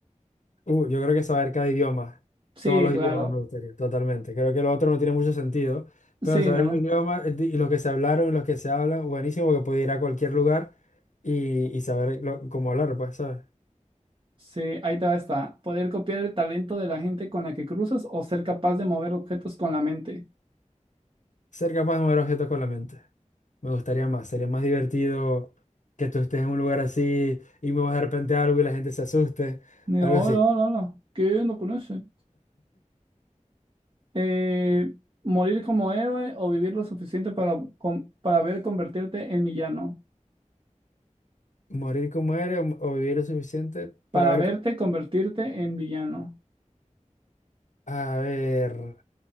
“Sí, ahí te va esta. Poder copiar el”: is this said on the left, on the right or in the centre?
Right